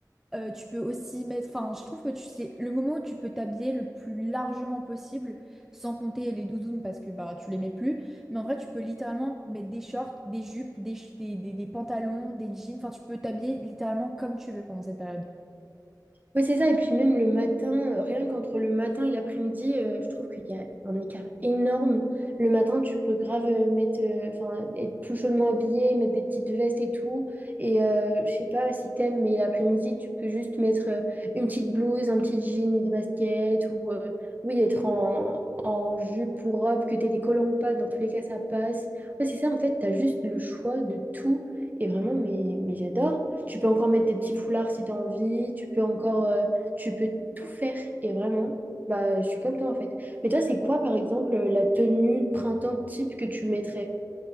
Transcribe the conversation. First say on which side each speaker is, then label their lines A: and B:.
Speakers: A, in the centre; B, on the right.
A: euh, tu peux aussi mettre, enfin, je trouve que tu sais, le moment où tu peux t'habiller le plus largement possible, sans compter les doudounes parce que bah tu les mets plus, mais en vrai, tu peux littéralement mettre des shorts, des jupes, des, ch- des, des- des pantalons, des jeans, enfin, tu peux t'habiller littéralement comme tu veux pendant cette période.
B: Ouais, c'est ça. Et puis même le matin, euh, rien qu'entre le matin et l'après-midi, euh, je trouve qu'il y a un écart énorme. Le matin, tu peux grave euh, mettre, euh, enfin, être tout chaudement habillé, mettre des petites vestes et tout. Et euh, je sais pas si t'aimes, mais l'après-midi, tu peux juste mettre euh, une petite blouse, un petit jean et des baskets. Ou euh, oui, être en, en jupe ou robe, que t'aies des collants ou pas. Dans tous les cas, ça passe. Ouais, c'est ça. En fait, t'as juste le choix de tout. Et vraiment, mais, mais j'adore. Tu peux encore mettre des petits foulards si tu as envie. Tu peux encore, euh, tu peux tout faire. Et vraiment, bah, je suis comme toi en fait. Mais toi, c'est quoi, par exemple, la tenue de printemps type que tu mettrais?